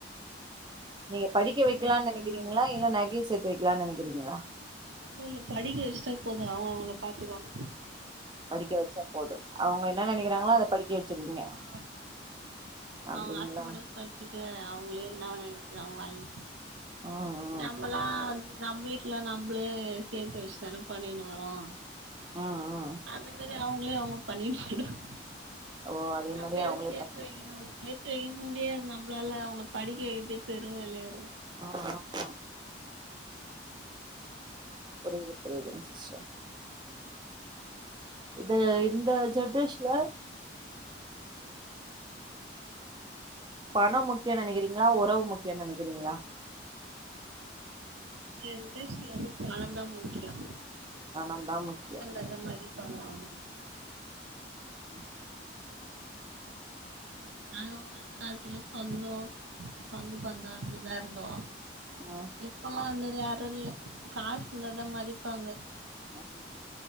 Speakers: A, on the right; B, on the right.
A: நீங்க படிக்க
B: அது
A: வைக்கலான்னு
B: கஷ்டமா
A: நெனக்கிறீங்களா
B: இருக்கு
A: இல்ல நகைய சேத்து வைக்கலாம்னு நெனக்கிறீங்களா
B: இல்லல்ல படிக்க வச்சிட்டா போதும் அவங்க அவங்கள பாத்துக்குவாங்க
A: படிக்க வச்சா போதும் அவுங்க என்ன நெனக்கிறாங்களோ அத படிக்க வச்சிருவீங்க
B: ஆமா
A: அப்டிங்களா
B: அவுங்க ஆசப்பட்டத படிச்சுட்டு அவங்களே என்னவ நெனக்கிறாங்களோ வாய்
A: ஆ ஆ
B: நம்மல்லாம் வந்து நம்ம வீட்டுலாம் நம்மளே சேத்து வச்சுதானே பண்ணினு வரோம்
A: ம் ம்
B: அந்த மாரி அவுங்களே அவுங்களுக்கு பண்ணிட்டு போய்டும்
A: ஓ அதே
B: நகை
A: மாரி
B: எதும்
A: அவங்களே
B: சேத்து
A: பண்
B: வைங்க நம்ம சேத்து வைக்கவும் முடியாது நம்மளால அவங்க படிக்க வைக்கிரதே பெரும் வேலையாறுக்கு
A: ஆ ஆ அ புரிது புரியுதுங் சிஸ்டர் இத இந்த ஜென்ரேஷன்ல பணோ முக்கியோனு நெனக்கிறீங்ளா ஒறவு முக்கியோனு நெனக்கிறீங்ளா
B: இந்த ஜென்ட்ரேஷன்ல வந்து பணோதா முக்கியோ
A: பணோ தா முக்கியோ
B: அந்த மாரி பண்லாமா
A: ம்
B: நாங்க வாழ்ந்த காலத்துல சொந்தோ சொந்த பந்தோ அப்டிதா இருந்தோ
A: ம்
B: இப்பல்லா அது மாரி யாரு இல்ல காசு இருந்தாதா மதிப்பாங்க
A: ம்